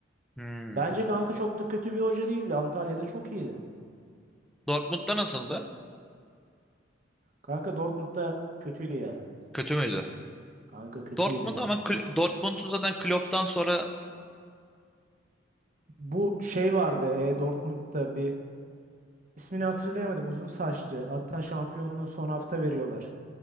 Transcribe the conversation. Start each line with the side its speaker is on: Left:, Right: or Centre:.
Centre: Hmm.
Right: bence kanka çok da kötü bir hoca değildi. Antalya'da çok iyiydi.
Centre: Dortmund'da nasıldı?
Right: Kanka Dortmund'da kötüydü ya.
Centre: Kötü müydü?
Right: Kanka kötüydü
Centre: Dortmund
Right: ya.
Centre: ama Kl- Dortmund'un zaten Klopp'tan sonra
Right: Bu şey vardı e, Dortmund'da bir ismini hatırlayamadım. Uzun saçlı. Hatta şampiyonluğu son hafta veriyorlar.